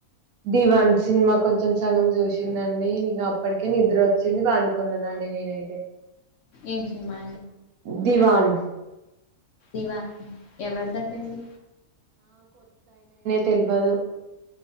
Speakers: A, on the right; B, on the left.
A: ది వన్ సినిమా కొంచెం సగం చూసిందండి నీక అప్పటికే నిద్ర వచ్చింది వాండుకున్న నాళేనైతే
B: ఏం సమా
A: దివన్
B: ఇవా ఎవరిదండి అవి
A: తెలివదు